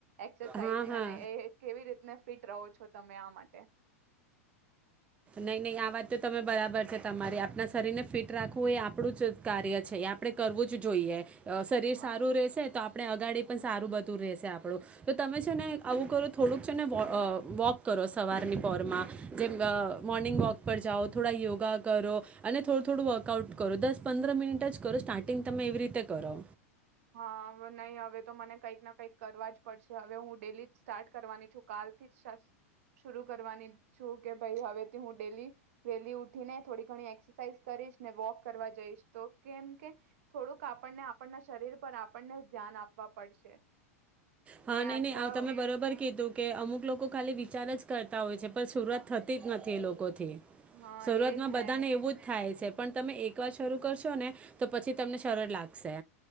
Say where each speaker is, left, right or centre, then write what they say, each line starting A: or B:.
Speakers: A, on the right; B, on the right.
A: એક્સરસાઇઝ
B: હા હા
A: અને એ કેવી રીતને ફિટ રહો છો તમે આમ માટે
B: નહી નહી આ વાત તો તમે બરાબર છે તમારી આપણા શરીર ને ફિટ રાખવું એ આપણું જ કાર્ય છે એ આપણે કરવું જ જોઈએ શરીર
A: હા
B: સારું રહેશે તો આપ આપણે અગાડી પણ સારું બધું રહેશે આપણું તો તમે છે ને આવું કરો થોડુંક છે ને <inaudible> વોક કરો સવારની પોરમાં જેમ અ મોર્નિંગ વોક પર જાઓ થોડા યોગા કરો અને થોડું થોડું વર્કઆઉટ કરો દસ પંદર મિનિટ જ કરો સ્ટાર્ટિંગ તમે એવી રીતે કરો
A: હા નહી હવે તો મને કંઈક ના કંઈક કરવા જ પડશે હવે હું ડેલી સ્ટાર્ટ કરવાની છું કાલ થી જ શર શુરુકરવાની છું કે ભાઈ હવેથી હું ડેલી ડેલી ઉઠીને થોડી ઘણી એક્સરસાઇઝ કરીશ ને વોક કરવા જઈશ તો કેમ કે થોડુંક આપણને આપણા શ શરીર પર આપણને ધ્યાન આપવા પડશે
B: હા
A: ને
B: નહી
A: આટલા
B: નહી આ તમે બરોબર કીધું કે અમુક લોકો ખાલી વિચાર જ કરતા હોય છે પણ શરુઆત થતી જ નથી એ લોકોથી
A: હા
B: શરૂઆતમાં
A: એજ
B: બધાને
A: ને
B: એવું જ થાય છે પણ તમે એક વાર શરૂ કરશો ને તો પછી તમને સરળ લાગશે